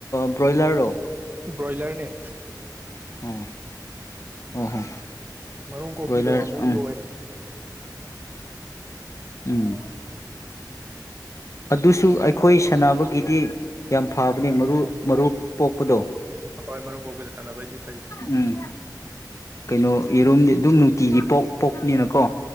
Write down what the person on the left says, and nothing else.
ꯕ꯭ꯔꯣꯏꯂꯔꯣ
ꯎꯝ ꯑ ꯍꯣ
ꯕ꯭ꯔꯣꯏꯂꯔ
ꯎꯝ
ꯎꯝ ꯑꯗꯨꯁꯨ ꯑꯩꯈꯣꯏ ꯁꯥꯟꯅꯕꯒꯤꯗꯤ ꯌꯥꯝ ꯐꯕꯅꯦ ꯃꯔꯨ ꯃꯔꯨꯞ ꯄꯣꯛꯄꯗꯣ
ꯎꯝ ꯀꯩꯅꯣ ꯌꯦꯔꯨꯝꯗꯤ ꯑꯗꯨꯝ ꯅꯨꯡꯇꯤꯒꯤ ꯄꯣꯛ ꯄꯣꯛꯄꯅꯤꯅꯀꯣ